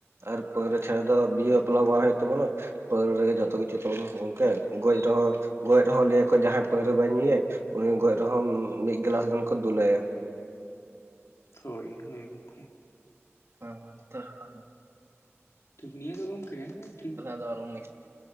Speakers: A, on the right; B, on the left.
A: ᱟᱨ ᱯᱟᱹᱣᱨᱟ ᱪᱷᱟᱲᱟ ᱫᱚ ᱵᱤᱦᱟᱹ ᱵᱟᱯᱞᱟ ᱵᱟᱝ ᱦᱳᱭᱳᱜ ᱛᱟᱵᱚᱱᱟ᱾ ᱯᱟᱹᱣᱨᱟ ᱨᱮᱜᱮ ᱡᱚᱛᱚ ᱠᱤᱪᱷᱩ ᱛᱟᱵᱚᱱ ᱜᱚᱝᱠᱮ ᱜᱚᱡ ᱨᱮᱦᱚᱸ ᱜᱚᱡ ᱨᱮᱦᱚᱸ ᱞᱟᱹᱭᱟᱠᱚ ᱡᱟᱦᱟᱸᱭ ᱯᱟᱹᱣᱨᱟᱹ ᱵᱟᱭ ᱧᱩᱭᱟᱭ, ᱩᱱᱤ ᱜᱚᱡ ᱨᱮᱦᱚᱸ ᱢᱤᱫ ᱜᱞᱟᱥ ᱜᱟᱱ ᱠᱚ ᱫᱩᱞᱟᱭᱟ
B: ᱦᱳᱭ ᱦᱳᱭ ᱜᱚᱢᱠᱮ᱾
A: ᱵᱟᱝ ᱵᱟᱝ <unintelligible>
B: ᱴᱷᱤᱠ ᱱᱤᱭᱟᱹ ᱫᱚ ᱜᱚᱝᱠᱮ ᱦᱮᱸ ᱴᱷᱤᱠ
A: <unintelligible>